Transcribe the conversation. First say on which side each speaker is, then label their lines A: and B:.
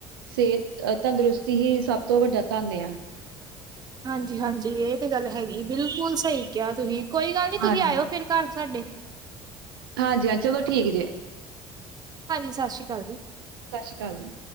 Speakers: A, on the right; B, on the right.
A: ਸਿਹਤ ਅਹ ਤੰਦਰੁਸਤੀ ਹੀ ਸਭ ਤੋਂ ਵੱਡਾ ਧੰਨ ਆ।
B: ਹਾਂਜੀ ਹਾਂਜੀ ਇਹ ਤੇ ਗੱਲ ਹੈਗੀ ਬਿਲਕੁਲ ਸਹੀ ਕਿਹਾ ਤੁਸੀਂ ਕੋਈ ਗੱਲ ਨੀ ਤੁਸੀਂ
A: ਹਾਂਜੀ
B: ਆਇਓ ਫਿਰ ਘਰ। ਸਾਡੇ।
A: ਹਾਂਜੀ ਹਾਂ ਚਲੋ ਠੀਕ ਜੇ।
B: ਹਾਂਜੀ ਸਤਿ ਸ਼੍ਰੀ ਅਕਾਲ ਜੀ।
A: ਸਤਿ ਸ਼੍ਰੀ ਅਕਾਲ ਜੀ